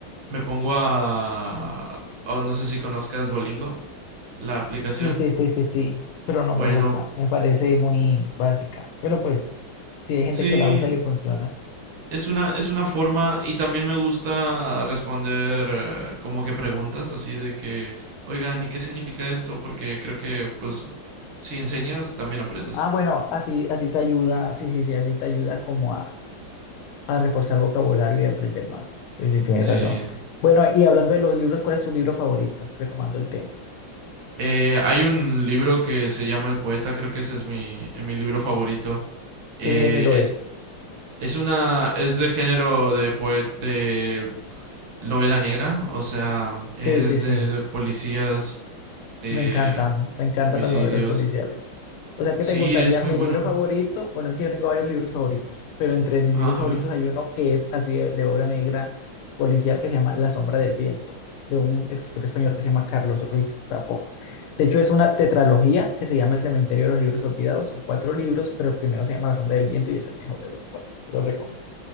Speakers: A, on the right; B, on the left.
A: me pongo a... oh, no sé si conozcas Duolingo, la aplicación.
B: Sí, sí, sí, sí, sí, pero no me
A: Bueno,
B: gusta, me parece muy básica, pero pues si hay gente
A: sí,
B: que la usa y le funciona.
A: es una, es una forma y también me gusta responder eh, como que preguntas así de que, oigan, ¿y qué significa esto? Porque creo que pues si enseñas también aprendes.
B: Ah, bueno, así, así te ayuda, sí, sí, sí, así te ayuda como a a reforzar vocabulario y aprender más. Sí, sí, tienes
A: Sí.
B: razón. Bueno, y hablando de los libros, ¿cuál es tu libro favorito? Retomando el tema.
A: Eh, hay un libro que se llama El Poeta, creo que ese es mi, eh, mi libro favorito. Eh,
B: ¿Qué género
A: es,
B: es?
A: Es una, es de género de poe- de novela negra, o sea, es
B: Sí, sí, sí.
A: de, de policías, de
B: Me encantan, me encantan
A: homicidios.
B: las novelas policiales. O sea, ¿qué
A: Sí,
B: te gustaría?
A: es muy
B: Mi
A: bueno.
B: libro favorito, bueno, es que yo tengo varios libros favoritos, pero entre mis
A: Ajá,
B: libros favoritos
A: a ver.
B: hay uno que es así de, de obra negra policial que se llama La sombra del viento, de un escritor español que se llama Carlos Ruiz Zafón. De hecho, es una tetralogía que se llama El cementerio de los libros olvidados. Son cuatro libros, pero el primero se llama La sombra del viento y es el mejor de los cuatro. Te lo recomiendo.